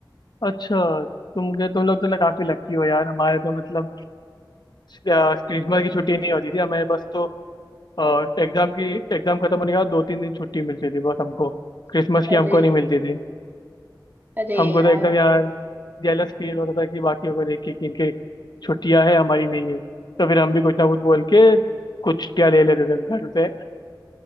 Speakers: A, on the left (about 60°); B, on the right (about 25°).
A: अच्छा तुम के तुम लोग तो ल- काफी लकी हो यार हमारे तो मतलब अ, क्रिसमस की छुट्टी नहीं होती थी हमें बस तो अ, एग्जाम की एग्जाम खत्म होने के बाद दो तीन दिन छुट्टी मिलती थी बस हमको क्रिसमस
B: अरे
A: की हमको नहीं मिलती थी
B: अरे
A: हमको
B: यार
A: तो एकदम यार जेलस फील होता था कि बाकियों को देख के कि इनके छुट्टियां है हमारी नहीं है तो फिर हम भी कुछ ना कुछ बोल के कुछ छुट्टियां ले लेते थे घर से